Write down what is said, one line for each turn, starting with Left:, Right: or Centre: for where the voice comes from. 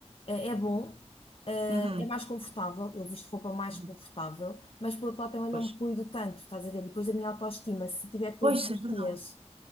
Left: eh, é bom, eh,
Right: Uhum.
Left: é mais confortável, eu visto roupa mais
Right: Uhum.
Left: confortável, mas por outro lado também não
Right: Pois.
Left: me cuido tanto, estás a ver? E depois a minha autoestima, se tiver todos
Right: Pois, isso
Left: os
Right: é verdade.
Left: dias